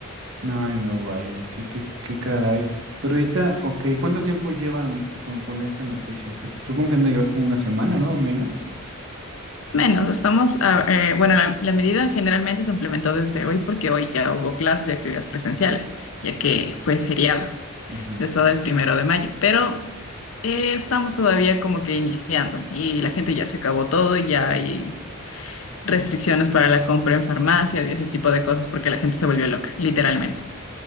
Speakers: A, on the right (about 60°); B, on the left (about 70°).
A: <laughs> Ay, no, vaya, qué, qué, qué caray. Pero ahorita, ok, ¿cuánto tiempo llevan con, con esta noticia? O sea, supongo que han de llevar como una semana, ¿no? Menos.
B: Menos, estamos, a- eh, bueno, la, la medida generalmente se implementó desde hoy porque hoy ya hubo clases y actividades presenciales, ya que fue feriado,
A: Ujú.
B: de eso del primero de mayo. Pero eh, estamos todavía como que iniciando y la gente ya se acabó todo, ya hay restricciones para la compra en farmacias y ese tipo de cosas porque la gente se volvió loca, literalmente.